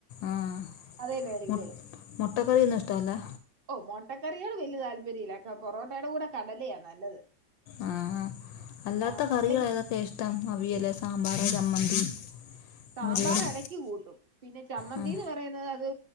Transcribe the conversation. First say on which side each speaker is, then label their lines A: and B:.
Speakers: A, on the left; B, on the right.
A: ആഹ്
B: അതേ മേടിക്കുള്ളൂ
A: മുട്ട് മുട്ടക്കറിയൊന്നുഷ്ടല്ല?
B: ഓ മൊട്ടക്കറിയോട് വെല്ല്യ താല്പര്യല്ല പൊറോട്ടേടെ കൂടെ കടലയാ നല്ലത്.
A: ആഹ് അല്ലാത്ത
B: ആ
A: കറികള്
B: അല്ലെങ്കിൽ
A: ഏതക്കെയാ ഇഷ്ടം അവിയല്, സാമ്പാറ്, ചമ്മന്തി?
B: സാമ്പാറെടക്ക്
A: മോരുകറി
B: കൂട്ടും പിന്നെ ചമ്മന്തിന്ന്
A: ആ
B: പറയുന്നത് അത്